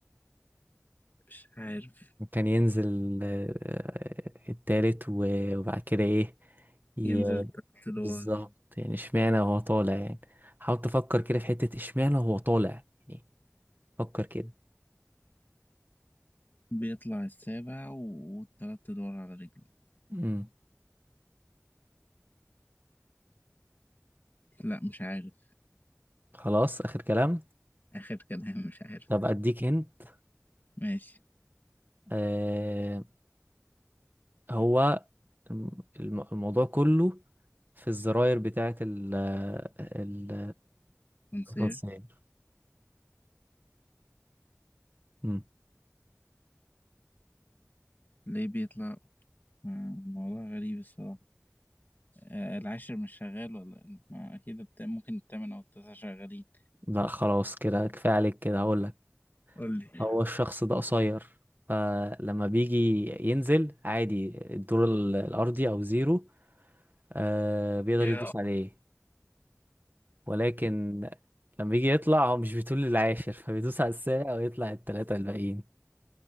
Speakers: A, on the left (about 40°); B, on the right (about 40°).
A: مش عارف
B: كان ينزل آه، التالت و- وبعد كده ايه ي-
A: ينزل التلات
B: بالظبط
A: دور
B: يعني اشمعنى وهو طالع يعني حاول تفكر كده في حتة اشمعنى وهو طالع يعني فكر كده
A: بيطلع السابع و- والتلات ادوار على رجله
B: امم
A: لا مش عارف
B: خلاص اخر كلام
A: اخر كلام مش عارف
B: طب اديك هنت
A: ماشي
B: آه، هو الم- الم- الموضوع كله في الزراير بتاعة ال ال
A: نصير
B: التنصير مم.
A: ليه بيطلع ما- موضوع غريب الصراحة آه، العاشر مش شغال ولا إيه؟ ما أكيد الت- ممكن التامن أو التاسع شغالين
B: لا خلاص كده كفاية عليك كده هقول لك
A: قول لي
B: هو الشخص ده قصير فلما بيجي ينزل عادي الدور ال- الأرضي أو زيرو آه بيقدر
A: يا
B: يدوس عليه ولكن لما بيجي يطلع هو مش بيطول للعاشر فبيدوس على السابع ويطلع التلاتة الباقيين